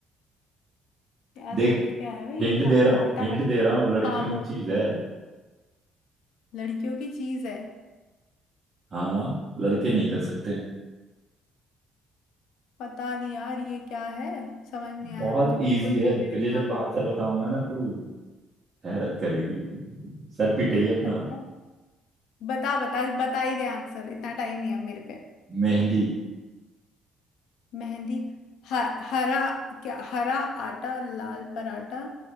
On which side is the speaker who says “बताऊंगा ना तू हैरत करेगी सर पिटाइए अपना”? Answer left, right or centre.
Right